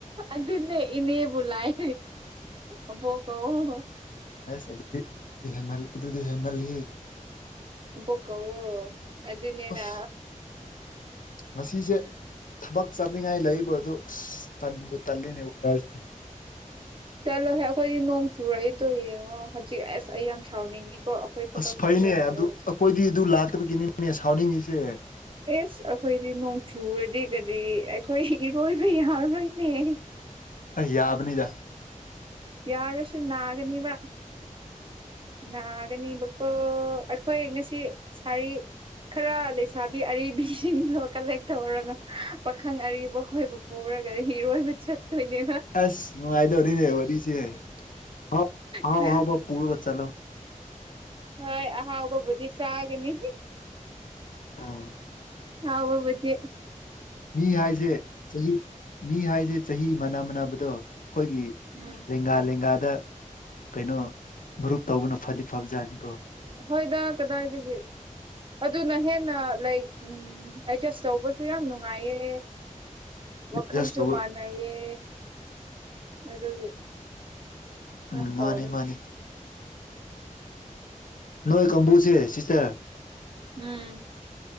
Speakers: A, on the right; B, on the left.
A: ꯑꯗꯨꯅꯦ ꯏꯅꯦꯕꯨ ꯂꯥꯏ ꯑꯕꯣꯛ ꯀꯧꯋꯣ
B: ꯑꯦꯁ ꯑꯗꯨꯗꯤ ꯍꯦꯟꯃꯜ ꯑꯗꯨꯗꯤ ꯍꯦꯟꯃꯜꯂꯤꯍꯦ
A: ꯑꯕꯣꯛ ꯀꯧꯋꯣ ꯑꯗꯨꯅꯦꯅꯥ
B: ꯑꯁ ꯉꯁꯤꯁꯦ ꯊꯕꯛ ꯆꯠꯅꯤꯡꯉꯥꯏ ꯂꯩꯕ ꯑꯗꯨ ꯑꯁ ꯇꯟꯕꯨ ꯇꯜꯂꯤꯅꯦ <unintelligible>
A: ꯆꯠꯂꯣꯍꯦ ꯑꯈꯣꯏꯗꯤ ꯅꯣꯡ ꯆꯨꯔꯛꯏꯗꯣ ꯌꯦꯡꯉꯣ ꯍꯧꯖꯤꯛ ꯑꯁ ꯑꯩ ꯌꯥꯝ ꯁꯥꯎꯅꯤꯡꯉꯤꯀꯣ ꯊꯕꯛ
B: ꯑꯁ ꯐꯩꯅꯦ
A: ꯆꯠꯀꯦ ꯍꯥꯏꯔꯒ
B: ꯑꯗꯨ ꯑꯈꯣꯏꯗꯤ ꯑꯗꯨ ꯂꯥꯛꯇꯥꯕꯒꯤꯅꯤꯅꯦ ꯁꯥꯎꯅꯤꯡꯉꯤꯁꯦ
A: ꯑꯦꯁ ꯑꯩꯈꯣꯏꯗꯤ ꯅꯣꯡ ꯆꯨꯔꯗꯤ ꯀꯔꯤ ꯑꯩꯈꯣꯏ ꯏꯔꯣꯏꯕ ꯌꯥꯔꯣꯏꯅꯦ <inaudible>
B: ꯑꯩ ꯌꯥꯕꯅꯤꯗ
A: ꯌꯥꯔꯥꯁꯨ ꯅꯥꯒꯅꯤꯕ ꯅꯥꯒꯅꯤꯕꯀꯣ ꯑꯩꯈꯣꯏ ꯉꯁꯤ ꯁꯥꯔꯤ ꯈꯔ ꯂꯩꯁꯥꯕꯤ ꯑꯔꯤꯕꯤꯁꯤꯡꯗꯣ ꯀꯂꯦꯛ ꯇꯧꯔꯒꯥ ꯄꯥꯈꯪ ꯑꯔꯤꯕꯈꯣꯏꯕꯨ ꯄꯨꯔꯒꯥ ꯏꯔꯣꯏꯕ ꯆꯠꯇꯣꯏꯅꯦ
B: ꯑꯁ ꯅꯨꯡꯉꯥꯏꯗꯧꯔꯤꯅꯦ ꯋꯥꯔꯤꯁꯦ ꯍꯥꯎ ꯑꯍꯥꯎ
A: ꯈꯔ
B: ꯑꯍꯥꯎꯕ ꯄꯨꯔꯒꯥ ꯆꯜꯂꯣ
A: ꯍꯣꯏ ꯑꯍꯥꯎꯕꯕꯨꯗꯤ ꯆꯥꯒꯅꯤ
B: ꯑꯥ
A: ꯍꯥꯎꯕꯕꯨꯗꯤ
B: ꯃꯤ ꯍꯥꯏꯖꯦ ꯆꯍꯤ ꯃꯤ ꯍꯥꯏꯖꯦ ꯆꯍꯤ ꯃꯅꯥ ꯃꯥꯟꯅꯕꯗꯣ ꯈꯣꯏꯒꯤ
A: ꯎꯝ
B: ꯂꯦꯡꯒꯥ ꯂꯦꯡꯒꯥꯗ ꯀꯩꯅꯣ ꯃꯔꯨꯞ ꯇꯧꯕꯅ ꯐꯗꯤ ꯐꯥꯕ ꯖꯥꯠꯅꯤꯀꯣ
A: ꯑꯈꯣꯏꯗ ꯀꯗꯥꯏꯗꯒꯤ ꯑꯗꯨꯅ ꯍꯦꯟꯅ ꯂꯩ ꯎꯝ ꯑꯦꯗꯖꯁ ꯇꯧꯕ ꯁꯨꯨ ꯌꯥꯝ ꯅꯨꯡꯉꯥꯏꯌꯦ ꯋꯥꯈꯜꯁꯨ
B: ꯖꯁ ꯇꯧꯕ
A: ꯃꯥꯟ ꯅꯩꯌꯦ ꯑꯗꯨꯒꯤ
B: ꯎꯝ
A: ꯌꯥꯝ
B: ꯃꯥꯅꯤ
A: ꯐꯕꯅꯤ
B: ꯃꯥꯅꯤ ꯅꯣꯏ ꯀꯥꯡꯕꯨꯁꯦ ꯁꯤꯁꯇꯔ
A: ꯎꯝ